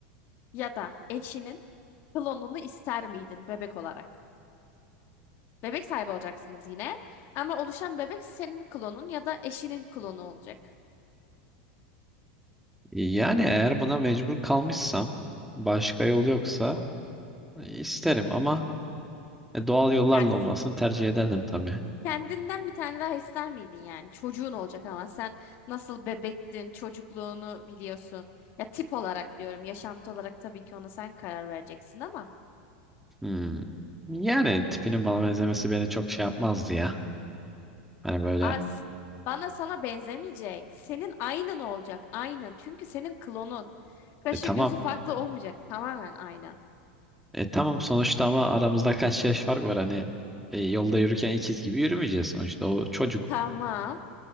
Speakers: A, on the left (about 50°); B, in the centre.
A: ya da eşinin klonunu ister miydin bebek olarak? Bebek sahibi olacaksınız yine ama oluşan bebek senin klonun ya da eşinin klonu olacak.
B: Yani eğer buna mecbur kalmışsam başka yol yoksa e, isterim ama e, doğal yollarla
A: Yani s-
B: olmasını tercih ederdim tabii.
A: kendinden bir tane daha ister miydin yani? Çocuğun olacak ama sen nasıl bebektin, çocukluğunu biliyorsun. Ya tip olarak diyorum, yaşantı olarak tabii ki ona sen karar vereceksin ama.
B: Hmm. Yani
A: Hı.
B: tipinin bana benzemesi beni çok şey yapmazdı ya. Hani böyle
A: As bana sana benzemeyecek. Senin aynın olacak. Aynın. Çünkü senin klonun. Kaşı
B: e, tamam
A: gözü farklı olmayacak. Tamamen aynı.
B: E tamam sonuçta ama aramızda kaç yaş fark var hani e, yolda yürürken ikiz gibi yürümeyeceğiz sonuçta. O çocuk
A: Tamam.